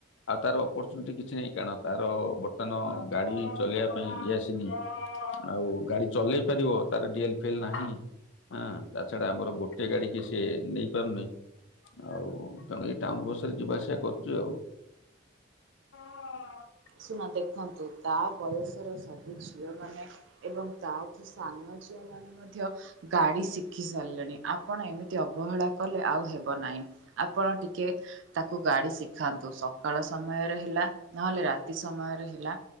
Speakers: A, on the left (about 70°); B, on the right (about 70°).
A: ଆଉ ତାର ଅପର୍ଚୁନିଟି କିଛି ନାହିଁ। କାରଣ ତାର ବର୍ତ୍ତମାନ ଗାଡ଼ି ଚଲେଇବା ପାଇଁ ଇଏ ଆସିନି ଆଉ ଗାଡ଼ି ଚଲେଇ ପାରିବ। ତାର ଡିଏଲ ଫିଏଲ୍ ନାହିଁ, ତା ଛଡ଼ା ଆମର ଗୋଟେ ଗାଡ଼ି କି ସେ ନେଇ ପାରୁନି। ଆଉ ତେଣୁ ଏଇ ଟାଉନ ବସ ରେ ଯିବା ଆସିବା କରୁଛୁ ଆଉ। ହଁ।
B: ଶୁଣନ୍ତୁ ଦେଖନ୍ତୁ ତା ବୟସର ସବୁ ଝିଅମାନେ ଏବଂ ତାଠୁ ସାନ ଝିଅମାନେ ମଧ୍ୟ ଗାଡ଼ି ଶିଖି ସାରିଲେଣି ଆପଣ ଏମିତି ଅବହେଳା କଲେ ଆଉ ହେବ ନାହିଁ। ଆପଣ ଟିକେ ତାକୁ ଗାଡ଼ି ଶିଖାନ୍ତୁ। ସକାଳ ସମୟରେ ହେଲା ନହେଲେ ରାତି ରାତି ସମୟରେ ହେଲା,